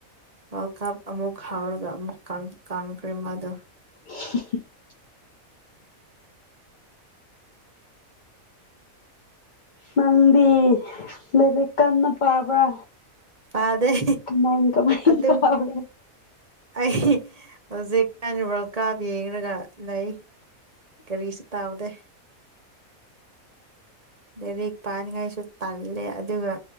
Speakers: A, on the right; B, on the left.
A: ꯋꯥꯔꯜ ꯀꯞ ꯑꯃꯨꯛ ꯍꯧꯔꯒ ꯑꯃꯨꯛ ꯀꯪ ꯀꯪꯈ꯭ꯔꯦ ꯃꯥꯗꯣ꯫
B: <unintelligible> ꯅꯪꯗꯤ ꯂꯥꯏꯔꯤꯛ ꯀꯟꯅ ꯄꯥꯕ꯭ꯔꯥ?
A: ꯄꯥꯗꯩ
B: ꯀꯃꯥꯏ ꯀꯃꯥꯏ
A: ꯑꯗꯨꯝ
B: ꯇꯧꯔꯦ?
A: ꯑꯩ ꯍꯧꯖꯤꯛ ꯀꯥꯟ ꯋꯥꯔꯜ ꯀꯞ ꯌꯦꯡꯔꯒ ꯂꯩ ꯀꯔꯤꯁꯨ ꯇꯧꯗꯦ꯫ ꯂꯩꯔꯤꯛ ꯄꯥꯅꯤꯡꯉꯥꯏꯁꯨ ꯇꯜꯂꯦ ꯑꯗꯨꯒ